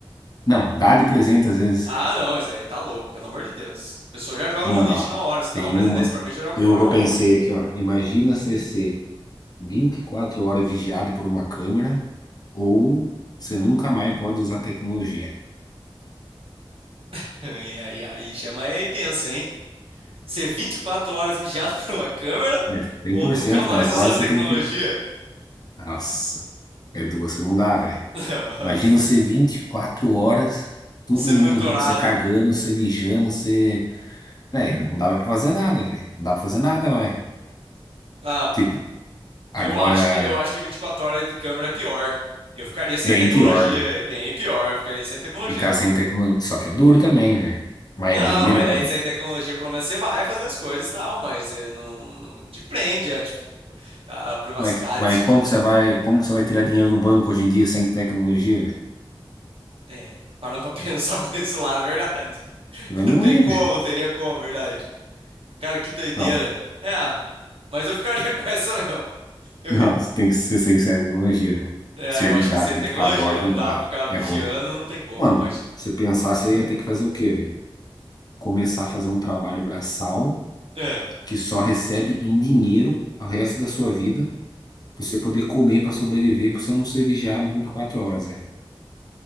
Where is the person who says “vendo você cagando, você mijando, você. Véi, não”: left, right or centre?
Left